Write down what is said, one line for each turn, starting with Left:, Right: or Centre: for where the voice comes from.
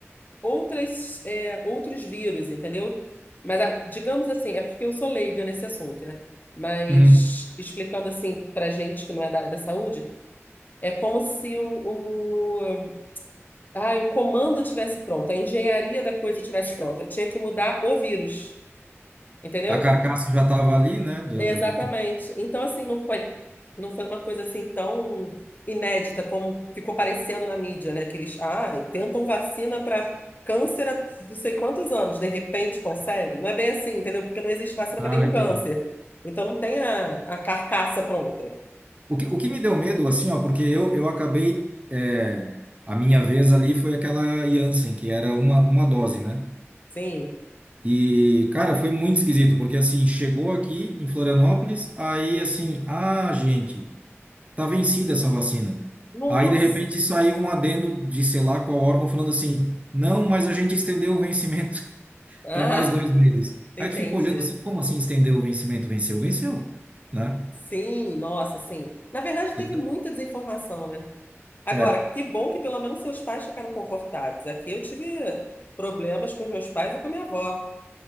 Left: outras, é, outros vírus, entendeu? Mas, a- digamos assim, é porque eu sou leiga nesse assunto, né? Mas,
Right: Uhum.
Left: explicando assim para gente que não é da área da saúde, é como se o, o, ah, o comando tivesse pronto, a engenharia da coisa tivesse pronta. Eu Tinha que mudar o vírus, entendeu?
Right: A carcaça já tava ali, né? do-
Left: Exatamente.
Right: do- do- do-
Left: Então, assim, não foi, não foi uma coisa assim tão inédita como ficou parecendo na mídia, né? Que eles, ah, tentam vacina para câncer há não sei quantos anos, de repente consegue. Não é bem assim, entendeu? Porque não existe vacina
Right: Ah,
Left: para nenhum
Right: entendi.
Left: câncer. Então, não tem a, a carcaça pronta.
Right: O que, o que me deu medo, assim, ó, porque eu, eu acabei, é, a minha vez ali foi aquela Janssen, que era uma, uma dose, né?
Left: Sim.
Right: E, cara, foi muito esquisito, porque, assim, chegou aqui em Florianópolis, aí, assim, ah, gente. tá vencida essa vacina.
Left: Nossa.
Right: Aí, de repente, saiu um adendo de sei lá qual órgão falando assim: não, mas a gente estendeu o vencimento <laughs>
Left: Ah,
Right: para mais dois meses.
Left: <laughs>
Right: Aí tu
Left: entendi.
Right: fica olhando assim: como assim estendeu o vencimento? Venceu, venceu, né?
Left: Sim, nossa, sim. Na verdade, teve
Right: E da-
Left: muita desinformação, né? Agora,
Right: é,
Left: que bom que pelo menos seus pais ficaram comportados. Aqui eu tive problemas com os meus pais e com minha avó.